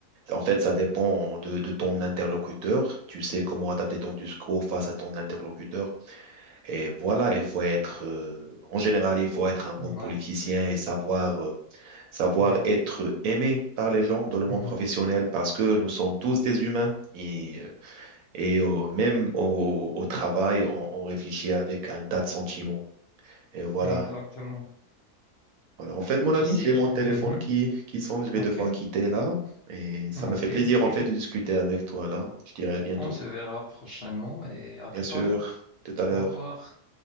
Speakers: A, on the right; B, on the left.
A: en fait, ça dépend de, de ton interlocuteur. Tu sais comment adapter ton discours face à ton interlocuteur. Et voilà, il faut être, euh, en général, il faut être un bon
B: ouais,
A: politicien et savoir savoir
B: ouais.
A: être aimé par les gens dans le monde
B: Mhm.
A: professionnel parce que nous sommes tous des humains. Et, euh, et au- même au, au travail, on, on réfléchit avec un tas de sentiments. Et voilà.
B: Exactement.
A: Voilà. En fait, mon
B: Tu
A: ami,
B: sais,
A: j'ai
B: je...
A: mon
B: mhm.
A: téléphone qui, qui sonne. Je vais
B: Ok,
A: devoir quitter là. Et ça
B: ok,
A: m'a fait plaisir,
B: ok.
A: en fait, de discuter avec toi là. Je dirai à bientôt.
B: On se verra prochainement et à
A: Bien
B: tout
A: sûr,
B: à l'heure.
A: tout à l'heure.
B: Au revoir.